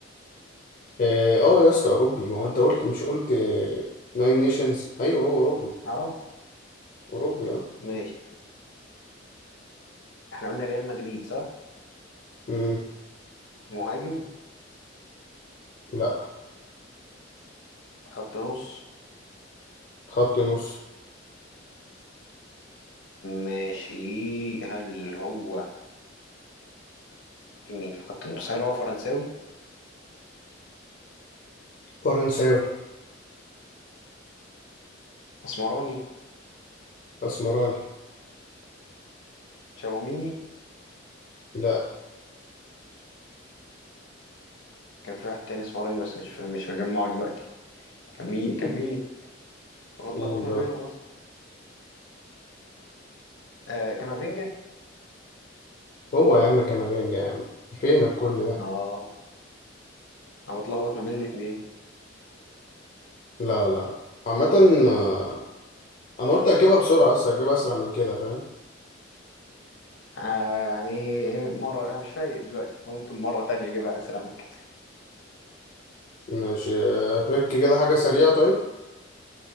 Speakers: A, on the left; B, on the left.
A: اه آه يا اسطى اوروبي ما هو انت قلت مش قلت ناين نيشنز ايوه هو اوروبي
B: اه
A: اوروبي اه
B: ماشي احنا قلنا ريال مدريد صح
A: مم.
B: مهاجم
A: لا
B: خط نص
A: خط نص
B: ماشي هل هو في مين في خط النص هل هو فرنساوي
A: فرنساوي
B: اسمراني
A: اسمراني
B: تشاوميني
A: لا
B: كان في واحد تاني اسمراني بس مش مش مجمعه دلوقتي كان مين
A: <laughs>
B: كان مين بتلخبط
A: مين
B: ما
A: بقى
B: بينهم اصلا آه كامافينجا
A: هو يا عم كامافينجا يا عم فينك كل ده
B: اه انا بتلخبط ما بين الاتنين
A: لا لا عامة آه، انا قلت اجيبها بسرعة بس اجيبها اسرع من كده فاهم
B: آه يعني مرة انا مش فايق دلوقتي ممكن مرة تانية اجيبها اسرع من كده
A: ماشي آه، بك كده حاجة سريعة طيب